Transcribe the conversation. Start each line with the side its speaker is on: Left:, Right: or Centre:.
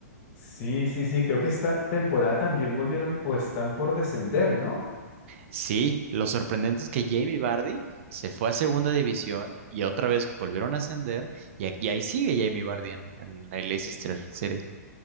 Left: Sí, sí, sí, creo que esta temporada también volvieron o están por descender, ¿no?
Right: Sí, lo sorprendente es que Jamie Vardy se fue a segunda división y otra vez volvieron a ascender y, aquí, y ahí sigue Jamie Vardy en, en el Leicester City.